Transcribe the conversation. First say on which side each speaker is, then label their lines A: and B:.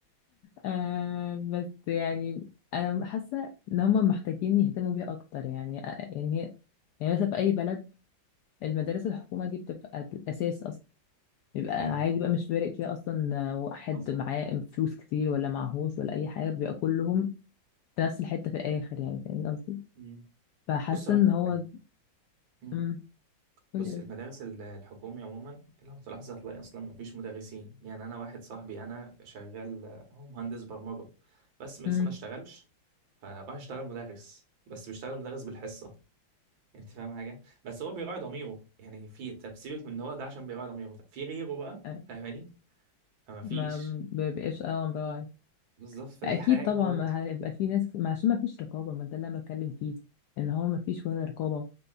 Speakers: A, on the left; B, on the right.
A: آه بس يعني انا حاسه ان هم محتاجين يهتموا بيها اكتر يعني آه، يعني هي يعني مثلا في اي بلد المدارس الحكومه دي بتبقى الاساس اصلا بيبقى عادي
B: فاهم حصل
A: بقى مش فارق فيها اصلا واحد
B: حصل.
A: معاه فلوس كتير ولا معهوش ولا اي حاجه بيبقى كلهم في نفس الحته في الاخر يعني فاهم قصدي
B: مم.
A: فحاسه
B: بص هقول
A: ان
B: لك
A: هو
B: حاجة مم.
A: امم قولي
B: بص
A: قولي.
B: المدارس ال- الحكومي عموما لو تلاحظ هتلاقي اصلا مفيش مدرسين يعني انا واحد صاحبي انا شغال آه، هو مهندس برمجه بس ما-
A: امم
B: لسه ما اشتغلش فراح اشتغل مدرس بس بيشتغل مدرس بالحصه انت فاهم حاجه بس هو بيراعي ضميره يعني في طب سيبك من ان هو ده عشان بيراعي ضميره في غيره بقى
A: آه،
B: فاهماني فما فيش
A: ما بيبقاش اه
B: بالظبط فدي
A: اكيد
B: <laughs> حاجه
A: طبعا
B: برضه
A: ما هيبقى في ناس ما عشان ما فيش رقابه ما ده اللي انا بتكلم فيه ان هو ما فيش ولا رقابه